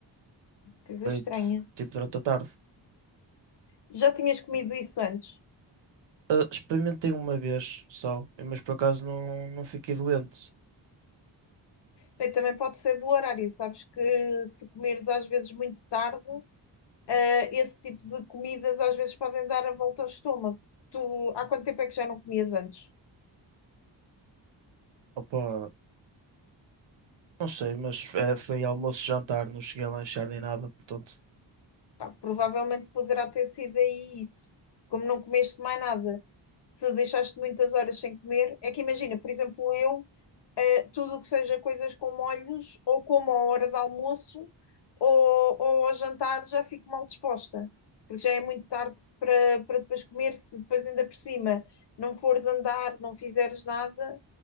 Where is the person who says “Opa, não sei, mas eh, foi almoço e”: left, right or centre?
Right